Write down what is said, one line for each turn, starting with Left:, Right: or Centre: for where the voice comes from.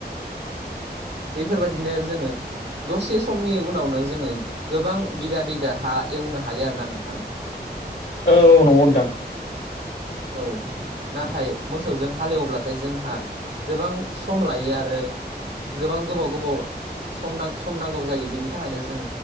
Right: औ बैफोरबाय दिनो जोङो दसे समनि उनावनो जोङो गोबां बिगा बिगा हा एवनो हायो आरोना नोंथां।
Left: औ औ नंगौ नोंथां
Right: औ नाथाय मोसौजों हालेवब्लाथाय जोंहा गोबां सम लायो आरो गोबां गोबाव गोबाव सम नां सम नांगौ जायो बिनि थाखायनो जों